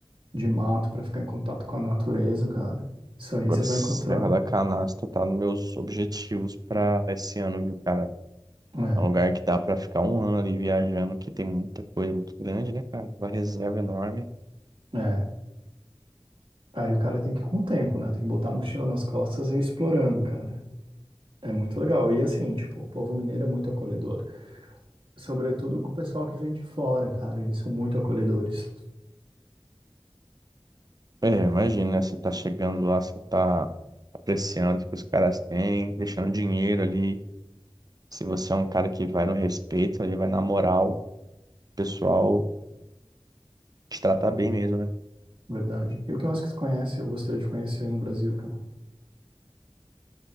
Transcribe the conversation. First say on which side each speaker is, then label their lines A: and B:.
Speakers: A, on the right; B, on the right.
A: de mato pra ficar em contato com a natureza, cara. Isso aí
B: Agora,
A: você
B: Serra
A: vai encontrar.
B: da Canastra tá nos meus objetivos para esse ano, viu, cara?
A: É,
B: É um lugar que dá para ficar um ano ali viajando, que tem muita coisa muito grande, né, cara? Uma reserva enorme.
A: é. Aí o cara tem que ir com o tempo, né? Tem que botar a mochila nas costas e ir explorando, cara. É muito legal. E assim, tipo, o povo mineiro é muito acolhedor. Sobretudo com o pessoal que vem de fora, cara. Eles são muito acolhedores,
B: É, imagina, né? Você tá chegando lá, você tá apreciando o que os caras têm, deixando dinheiro ali. Se você é um cara que vai no respeito ali, vai na moral, o pessoal te trata bem mesmo, né?
A: verdade. E o que mais que tu conhece? Eu gostaria de conhecer no Brasil, cara.